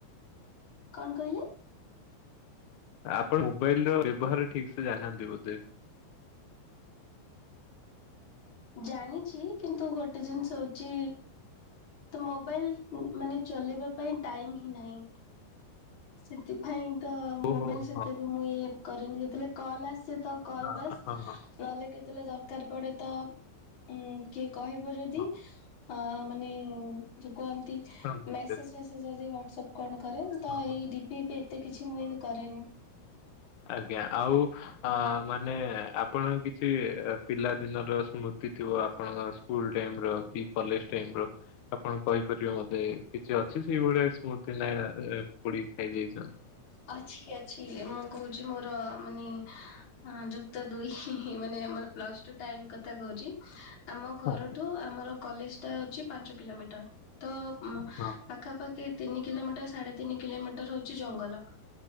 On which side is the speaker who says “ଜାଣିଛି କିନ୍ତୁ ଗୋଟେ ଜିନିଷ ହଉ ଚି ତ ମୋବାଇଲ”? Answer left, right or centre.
Left